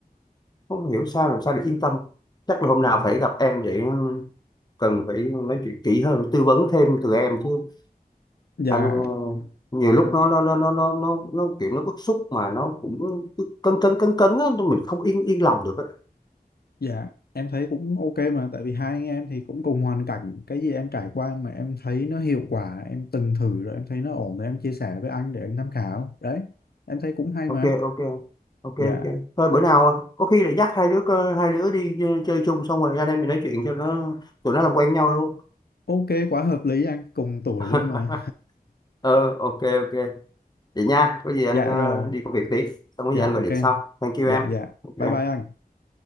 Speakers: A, on the left; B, on the left.
A: không hiểu sao làm sao để yên tâm chắc là hôm nào phải gặp em vậy cần phải nói chuyện kỹ hơn tư vấn thêm từ em chứ
B: dạ
A: anh ờ, nhiều lúc nó nó nó nó nó nó, nó kiểu nó bức xúc mà nó cũng cứ cấn cấn cấn cấn á mình không yên yên lòng được á
B: Dạ, em thấy cũng ok mà tại vì hai anh em thì cũng cùng hoàn cảnh cái gì em trải qua mà em thấy nó hiệu quả, em từng thử rồi em thấy nó ổn rồi em chia sẻ với anh để anh tham khảo. Đấy, em thấy cũng hay
A: ok
B: mà.
A: ok ok
B: Dạ,
A: ok thôi bữa nào có khi lại dắt hai đứa cơ- hai đứa đi ờ, chơi chung xong rồi anh em mình nói chuyện cho nó tụi nó làm quen nhau luôn
B: ok quá hợp lý anh, cùng tuổi
A: <laughs>
B: luôn mà.
A: ờ ok ok vậy nha
B: <laughs>
A: có gì anh
B: Dạ
A: ờ,
B: rồi,
A: đi công việc tí xong có
B: dạ
A: gì anh gọi
B: ok.
A: điện sau thank you
B: Dạ
A: em
B: dạ.
A: thank you
B: Bye
A: em
B: bye anh.